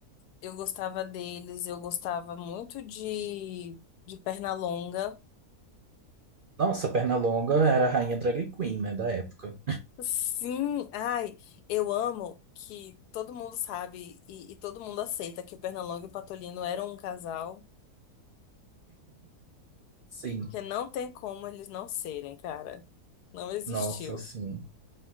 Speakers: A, on the left (about 80°); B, on the right (about 80°).
A: eu gostava deles, eu gostava muito de de Pernalonga.
B: Nossa, Pernalonga era a rainha drag queen, né, da época.
A: Sim, ai, eu amo que todo mundo sabe e, e todo mundo aceita que o Pernalonga e o Patolino eram um casal,
B: Sim.
A: que não tem como eles não serem, cara. Não existiu.
B: Nossa, sim.